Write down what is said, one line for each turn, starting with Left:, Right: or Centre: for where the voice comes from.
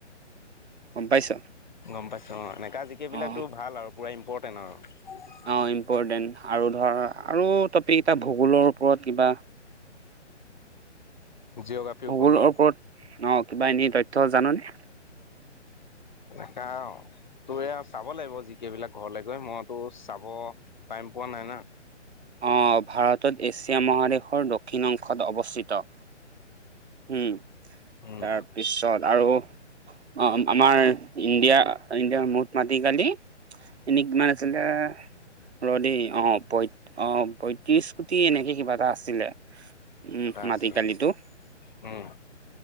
Right: গম পাইছ।
Left: গম পাইছো অ এনেকাা জিক বিলাকো
Right: অ',
Left: ভাল আৰু পুৰা ইম্পৰটেণ্ট আৰু।
Right: অ ইম্পৰ্টেণ্ট আৰু ধৰ আৰু টপিক এটা ভূগোলৰ ওপৰত কিবা।
Left: জিঅ'গ্ৰাফিৰ
Right: ভোগলৰ
Left: ওপৰত ন
Right: ওপৰত অ' কিবা এনে তথ্য জাননে
Left: এনেকা তোৰে আৰু চাব লাগিব জিকেই বিলাক ঘৰলে গৈ মইতো চাব পাৰিম। এম্পোৱা নাই না।
Right: অ' ভাৰতত এছিয়া মহাদেশৰ দক্ষিণ অংশত অৱস্থিত। উম
Left: উম
Right: তাৰপিছত আৰু অ' আমাৰ ইণ্ডিয়া ইণ্ডিয়াৰ মূঠ মাটি কালি এনে কিমান আছিলে ৰদেই অ অ পয়ত্ৰিশ কোটি এনেকে কিবা এটা আছিলে। উম
Left: এটা আছিলে
Right: মাটি কালিতো।
Left: উম।